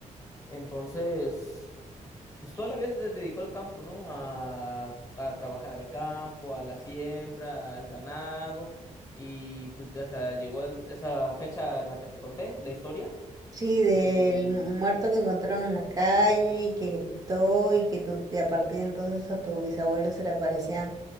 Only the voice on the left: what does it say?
Entonces, pues toda la vida se dedicó al campo, ¿no? A, a trabajar al campo, a la siembra, al ganado, y pues hasta llegó el- esa fecha en la que te conté, la historia,
y